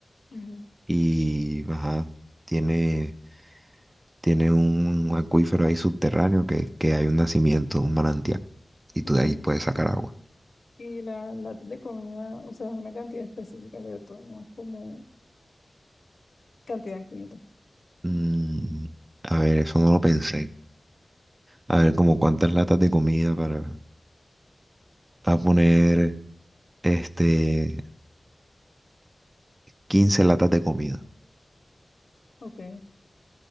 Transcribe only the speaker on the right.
y, ajá, tiene, tiene un acuífero ahí subterráneo que, que hay un nacimiento, un manantial, y tú
de ahí puedes sacar agua.
Mm, a ver, eso no lo pensé. A ver, como cuántas latas de comida para... A poner, este, 15 latas de comida.